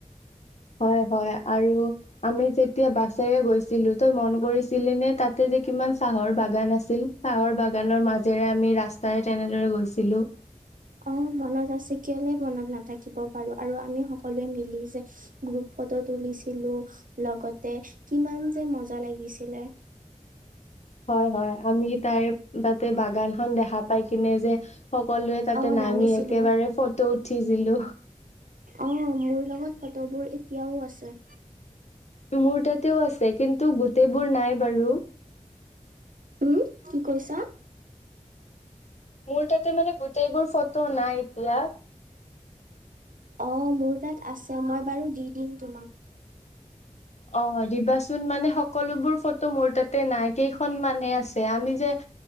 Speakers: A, on the left (about 55°); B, on the right (about 85°).
A: হয় হয়, আৰু আমি যেতিয়া বাছেৰে গৈছিলো তই মন কৰিছিলি নে তাতে যে - কিমান চাহৰ বাগান আছিল, চাহৰ বাগানৰ মাজেৰে আমি ৰাস্তাৰে তেনেদৰে গৈছিলো।
B: অ, মনত আছে কেলে মনত নাথাকিব বাৰু আৰু আমি সকলোৱে মিলি যে - গ্ৰুপ ফটো তুলিছিলো, লগতে কিমান যে মজা লাগিছিলে।
A: হয় হয়, আমি তাৰে তাতে বাগানখন দেখা পাই কিনে যে - সকলোৱে তাতে
B: অ
A: নামি
B: নামিছিলো
A: একেবাৰে ফটো উঠিছিলো।
B: অঁ মোৰ লগত ফটোবোৰ এতিয়াও আছে।
A: মোৰ তাতেও আছে, কিন্তু গোটেইবোৰ নাই বাৰু।
B: উম, কি কৈছা?
A: মোৰ তাতে মানে গোটেইবোৰ ফটো নাই এতিয়া।
B: অ, মোৰ তাত আছে মই বাৰু দি দিম তোমাক।
A: অ দিবাচোন মানে সকলোবোৰ ফটো মোৰ তাতে নাই কেইখন মানে আছে। আমি যে -